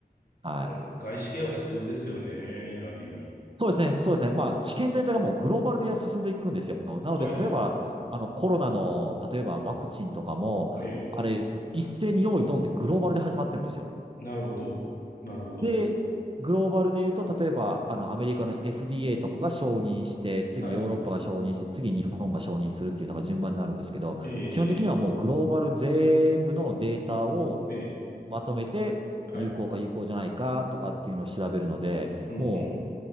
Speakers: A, on the right (about 35°); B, on the left (about 65°).
A: はい。
B: あ、外資系は必要ですよね。ある意味。
A: そうですね。そうですね。まあ、知見全体がもうグローバルで進んでいくんですよ。なので、
B: はいはいはい。
A: 例えば、あの、コロナの、例えばワクチンとかも、
B: ええ。
A: あれ、一斉に用意ドンでグローバルで始まってるんですよ。
B: なるほど。なるほど。
A: で、グローバルで言うと、例えば、あの、アメリカの FDA とかが承認して、次ヨーロッパが承認して、
B: はい。
A: 次日本が承認するっていうのが順番になるんですけど、
B: え
A: 基本的にはもうグローバル全部のデータを
B: え、ええ、ええ。
A: まとめて、
B: はい。
A: 有効か有効じゃないかとかっていうのを調べるので、
B: うんうん。
A: も